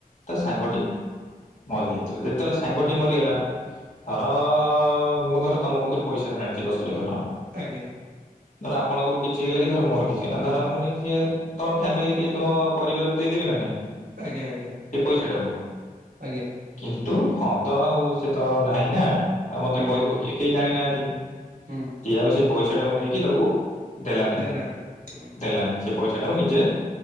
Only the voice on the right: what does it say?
ଆଜ୍ଞା
ଆଜ୍ଞା ଆଜ୍ଞା
ଆଜ୍ଞା।
ହୁଁ
ହୁଁ
ଦେଲାନି ହୁଁ